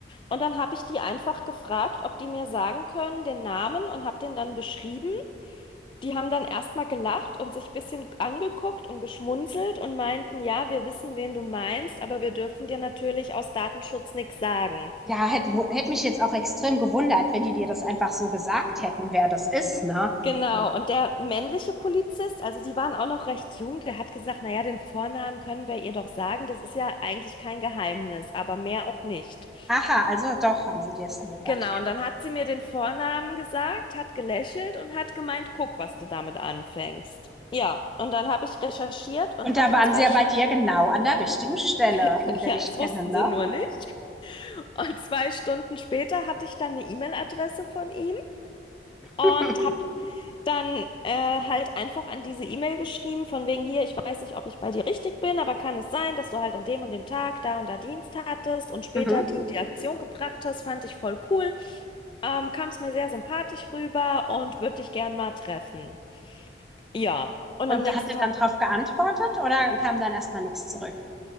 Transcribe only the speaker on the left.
Und dann habe ich die einfach gefragt, ob die mir sagen können, den Namen und habe den dann beschrieben. Die haben dann erstmal gelacht und sich ein bisschen angeguckt und geschmunzelt und meinten, ja, wir wissen, wen du meinst, aber wir dürfen dir natürlich aus Datenschutz nichts sagen.
Genau, und der männliche Polizist, also die waren auch noch recht jung, der hat gesagt, naja, den Vornamen können wir ihr doch sagen, das ist ja eigentlich kein Geheimnis, aber mehr auch nicht.
Genau, und dann hat sie mir den Vornamen gesagt, hat gelächelt und hat gemeint, guck, was du damit anfängst. Ja, und dann habe ich recherchiert und
hatte
zwei,
Sch-
<laughs>
ja,
es
wussten
sie nur nicht. Und zwei Stunden später hatte ich dann eine E-Mail-Adresse von ihm und
habe dann äh, halt einfach an diese E-Mail geschrieben, von wegen hier, ich weiß nicht, ob ich bei dir richtig bin, aber kann es sein, dass du halt an dem und dem Tag da und da Dienst hattest und später
die und die Aktion gebracht hast, fand ich voll cool. Ähm, kam es mir sehr sympathisch rüber und würde dich gern mal treffen. Ja, und
am nächsten
Tag